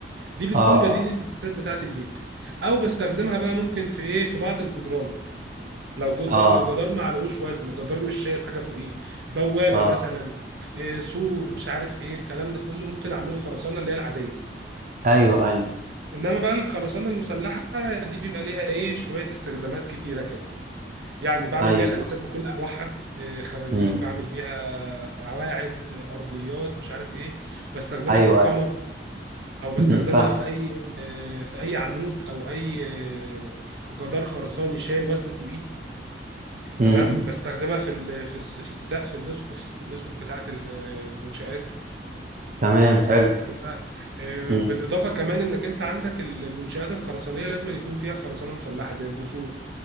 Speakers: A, on the right; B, on the right.
A: دي بتكون
B: اه
A: بديل للاساسات بتاعه البيت او بستخدمها بقى ممكن في ايه في بعض الجدران لو جدران
B: اه
A: لو جدار ما عليهوش وزن جدار مش شايل حاجه فوقيه بوابه
B: اه
A: مثلا آه، سور مش عارف ايه الكلام ده كله ممكن اعمله خرسانه اللي هي العاديه
B: ايوه ايوه
A: انما بقى الخرسانه المسلحه دي بيبقى ليها ايه شويه استخدامات كتيره كده يعني بعمل
B: ايوه
A: بيها الاساسات بكل انواعها آه، خوازيق
B: امم
A: بعمل بيها قواعد آه، ارضيات مش عارف ايه بستخدمها
B: ايوه
A: في الكمر
B: ايوه
A: او بستخدمها
B: امم فاهم
A: في اي آه، في اي عمود او اي آه، جدار خرساني شايل وزن فوقيه
B: امم
A: تمام بستخدمها في ال- في الس- في السقف اللصقف اللصقف بتاعت ال- آه، المنشآت
B: تمام
A: واخد
B: حلو
A: بالك انت آه،
B: امم
A: بالاضافه كمان انك انت عندك المنشات الخرسانيه لازم يكون فيها خرسانه مسلحه زي الجسور